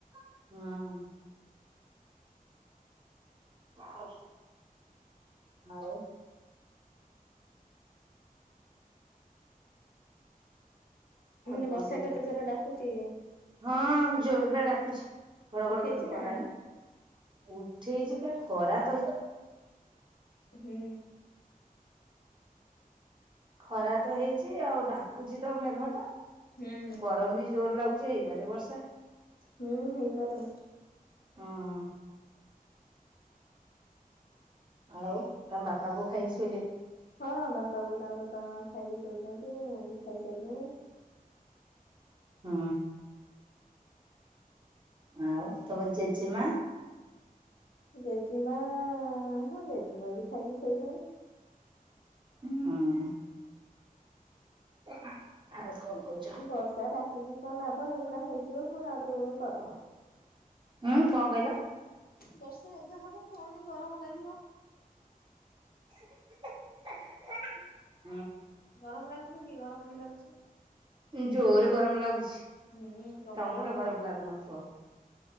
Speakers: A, on the right; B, on the left.
A: ହୁଁ । ଆଉ ।
B: ମୁଁ କଇଲି
A: କଣ
B: ବର୍ଷା
A: କହୁଛ
B: କେତେ ଜୋର ରେ ରେ ଡାକୁଚି
A: ହଁ ଜୋରେ ବା ଡାକୁଛି ଘଡଘଡ
B: ଉଠେଇଛି
A: କରି
B: ନା
A: କଲାଣି। ଉଠେଇଛି କାଁଇ ଖରା ତ ହେଇ ।
B: ହୁଁ।
A: ଖରା ତ ହେଇଛି ଆଉ ଡାକୁଛି ତ ମେଘ ଟା
B: ହୁଁ।
A: ଗରମ ବି ଜୋର ଲାଗୁଛି ହେଇପାରେ ବର୍ଷା।
B: ହୁଁ ହେଇପାରେ।
A: ହଁ। ଆଉ ତମ ବାପା ବୋଉ ଖାଇସ୍
B: ହଁ ବାପା ବୋଉ ତାଙ୍କର ତ ଖାଇକି ଶୋଇଛନ୍ତି ମୁଁ ବି ଖାଇସାରିଲିଣି।
A: ହୁଁ। ଆଉ ତମ ଜେଜେମା
B: ଜେଜେମା ହଁ ଜେଜେମା ବି ଖାଇକି ଶୋଇଲେଣି।
A: ହୁଁ। <inaudible> କଣ କହୁଛ?
B: ବର୍ଷା ଡାକିକି କଣ ଲାଭ ଏଇଖିଣା ହେଇଯିବ ପୁଣି ଆଉଟିକେ ବେଳକୁ ଗରମ।
A: ହୁଁ କଣ କହିଲ?
B: ବର୍ଷା ଏବେ ହବ ପୁଣି ଗରମ ଲାଗିବ।
A: <inaudible>
B: ଗରମ ଲାଗୁନି କି ଗରମ ବି ଲାଗୁଛି।
A: ଜୋରେ ଗରମ ଲାଗୁଛି
B: ହୁଁ ପ୍ରବଳ
A: ତମର
B: ବ
A: ଗରମ ଲାଗୁନଥିବ।